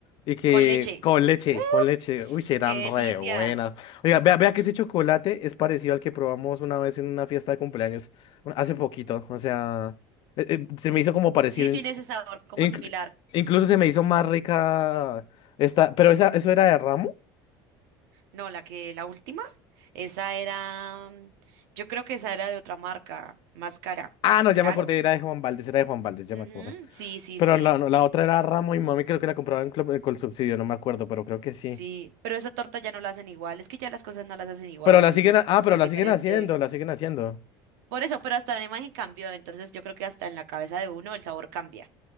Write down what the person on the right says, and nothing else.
con leche.
¡Uf!
¡Qué delicia!
Sí, tiene
ese sabor como
similar.
No, la que, la última, esa era, mm, yo creo que esa era de otra marca, más cara.
Claro.
Ujú,
Sí, sí,
sí.
Sí, pero esa torta ya no la hacen igual. Es que ya las cosas no las hacen igual,
los
dulces
son
súper
diferentes.
Por eso, pero hasta la imagen cambió. Entonces yo creo que hasta en la cabeza de uno el sabor cambia.